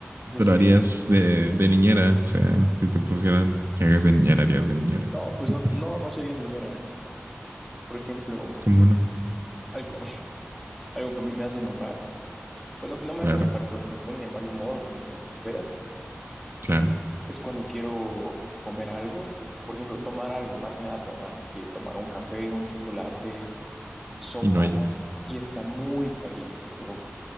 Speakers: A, in the centre; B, on the right (about 70°).
A: cosas
B: Pero
A: que
B: harías
A: ni-
B: de, de niñera, o sea, si te pusieran que hagas de niñera, harías de niñera.
A: No, pues
B: <laughs>
A: no, no, no sería niñera. Por ejemplo,
B: ¿Cómo no?
A: algo, <laughs> algo que a mí me hace enojar, bueno, que no me
B: Claro,
A: hace enojar, pero que me pone de mal humor o que me desespera,
B: claro.
A: es cuando quiero comer algo, o por ejemplo, tomar algo, más que nada tomar, que tomar un café, un chocolate, sopa,
B: Y no hay.
A: y está muy caliente, pero